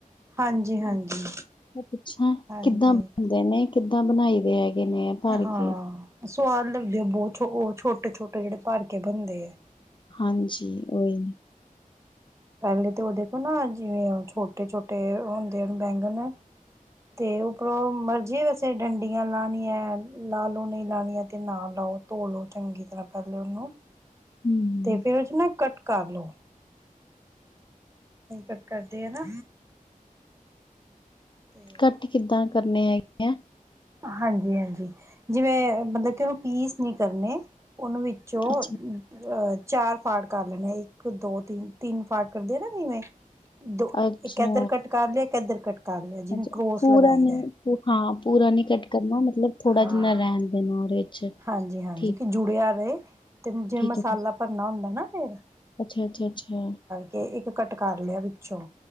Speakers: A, on the right; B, on the left.
A: ਹਾਂਜੀ
B: ਹੂੰ,
A: ਹਾਂਜੀ
B: ਮੈ ਪੁੱਛਾਂ
A: ਹਾਂਜੀ
B: ਕਿੱਦਾਂ ਬਣੇ ਕਿੱਦਾਂ ਬਣਾਈ ਦੇ ਹੈਗੇ ਨੇ? ਭਰ
A: ਹਾਂ,
B: ਕੇ
A: ਸਵਾਦ ਲੱਗਦੇ ਬੋਤ-ਛੋ ਛੋਟੇ -ਛੋਟੇ ਜਿਹੜੇ ਭਰ ਕੇ ਬਣਦੇ ਐ।
B: ਹਾਂਜੀ ਉਈ।
A: ਪਹਿਲੇ ਤਾਂ ਉਹ ਦੇਖੋ ਨਾ ਜਿਵੇਂ ਛੋਟੇ- ਛੋਟੇ ਹੁੰਦੇ ਬੈਂਗਣ ਅਤੇ ਉੱਪਰੋਂ ਮਰਜ਼ੀ ਵੈਸੇ ਡੰਡੀਆਂ ਲਣੀਆਂ ਲਾ ਲਉ ਨਹੀਂ ਲਾਣੀਆਂ ਅਤੇ ਨਾ ਲਾਓ ਧੋ ਲੋ ਚੰਗੀ ਤਰ੍ਹਾਂ ਪਹਿਲੇ ਉਹਨੂੰ
B: ਹੂੰ,
A: ਤੇ ਫੇਰ ਉਹ ਚ ਨਾ ਕੱਟ ਕਰ ਲੋ ਕੱਟ ਕਰਦੇ ਆ ਨਾ ਤੇ
B: ਕੱਟ ਕਿੱਦਾਂ ਕਰਨੇ ਹੈਗੇ ਆ
A: ਹਾਂਜੀ -ਹਾਂਜੀ ਜਿਵੇਂ ਮਤਲਬ ਕਿ ਉਹਨੂੰ ਪੀਸ ਨਹੀਂ ਕਰਨੇ ਉਹਨੂੰ ਵਿੱਚ ਵਿੱਚੋਂ
B: ਅੱਛਾ,
A: ਅ ਚਾਰ ਫਾਟ ਕਰ ਲੈਣੇ ਆ ਇੱਕ ਦੋ ਤਿੰਨ -ਤਿੰਨ ਫਾਟ ਕਰਦੇ ਆ ਨਾ ਜਿਵੇਂ ਦੋ
B: ਅੱਛਾ।
A: ਇੱਕ ਇੱਧਰ ਕੱਟ ਕਰ ਲਿਆ ਇੱਕ ਇੱਧਰ ਕੱਟ ਕਰ ਲਿਆ ਜਿਵੇਂ
B: ਅੱਛਾ,
A: ਕਰੋਸ
B: ਪੂਰਾ
A: ਲਗਾਈ
B: ਨਹੀਂ
A: ਦਾ
B: ਹਾਂ ਪੂਰਾ ਨੀ ਕੱਟ ਕਰਨਾ ਮਤਲਬ ਥੋੜਾ
A: ਹਾਂ
B: ਜਿਨਾ ਰਹਿਣ ਦੇਣਾ ਉਹਦੇ 'ਚ।
A: ਹਾਂਜੀ -ਹਾਂਜੀ
B: ਠੀਕ,
A: ਕਿ ਜੁੜਿਆ ਰਹੇ ਤੇ ਜਿਵੇਂ
B: ਠੀਕ
A: ਮਸਾਲਾ
B: ਹੈ ਜੀ।
A: ਭਰਨਾ ਹੁੰਦਾ ਨਾ ਫਿਰ
B: ਅੱਛਾ- ਅੱਛਾ- ਅੱਛਾ
A: ਕੇ ਇੱਕ ਕਟ ਕਰ ਲਿਆ ਵਿੱਚੋਂ